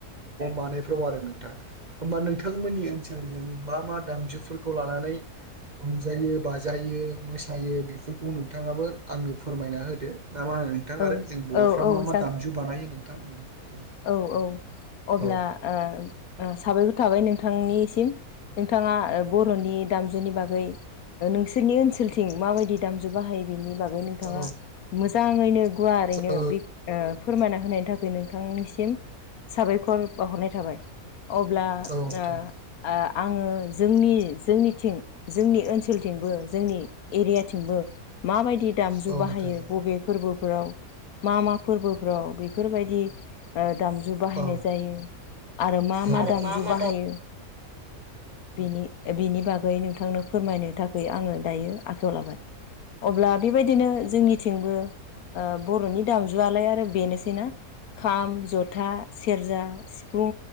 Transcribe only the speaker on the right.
मानायाव आरो नोंथां हबा नोंथांमोननि ओन मा मा दामजुफोरखौ लानानै रंजायो बाजायो मोसायो बेफोरखौ नोंथाङाबो आंनो फोरमायना होदो ना मा होनो नोंथां
आरो जों बर'फ्रा
मा मा
दामजु बानायो नोंथां? दे
औ
औ
ओ
औ नोंथां
औ
नोंथां
औ
औ नोंथां औ
औ